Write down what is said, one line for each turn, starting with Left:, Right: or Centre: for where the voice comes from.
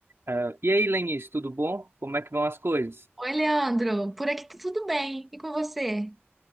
Right: Ah, e aí, Lenice, tudo bom? Como é que vão as coisas?
Centre: Oi, Leandro. Por aqui tá tudo bem. E com você?